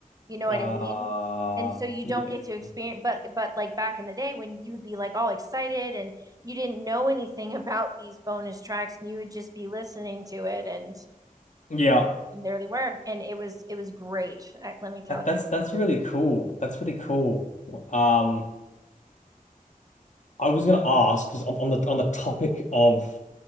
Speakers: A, on the right; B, on the left.
A: You know
B: Ah,
A: what I mean? And so you
B: yeah.
A: don't get to experience but but like back in the day when you'd be like all excited and you didn't know anything <laughs> about these bonus tracks and you would just be listening to it and
B: Yeah.
A: and there they were and it was it was great. I, let me tell
B: That, that's
A: you.
B: that's really cool. That's really cool. Um, I was gonna ask because on, on the on the topic of